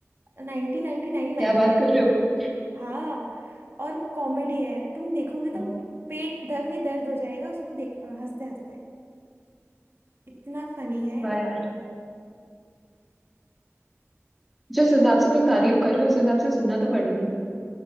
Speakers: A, on the right (about 50°); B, in the centre.
A: 1999 में
B: क्या बात कर रहे हो
A: हाँ और कॉमेडी है तुम देखोगे
B: ओ,
A: तो पेट दर में दर्द हो जाएगा उसको देख हंसते हंसते इतना फनी है
B: वाह
A: और
B: यार जिस हिसाब से तुम तारीफ कर रहे हो उस हिसाब से सुनना तो पड़ेगी